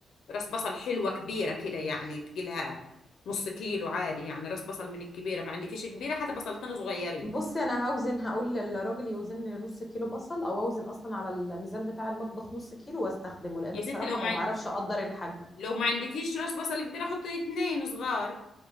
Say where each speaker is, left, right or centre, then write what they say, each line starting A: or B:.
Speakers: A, on the left; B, on the left.
A: راس بصل حلوة كبيرة كده يعني تجيلها نص كيلو عادي يعني راس بصل من الكبيرة ما عندكيش كبيرة حتى بصلتين صغيرين
B: بصي انا هوزن هقول للراجل يوزن لي نص كيلو بصل او اوزن اصلا على الميزان بتاع المطبخ نص كيلو واستخدمه لان
A: يا
B: بصراحة
A: ست لو ما
B: ما
A: عندك
B: بعرفش اقدر الحجم
A: لو ما عندكيش راس بصل كبيرة حطي اتنين صغار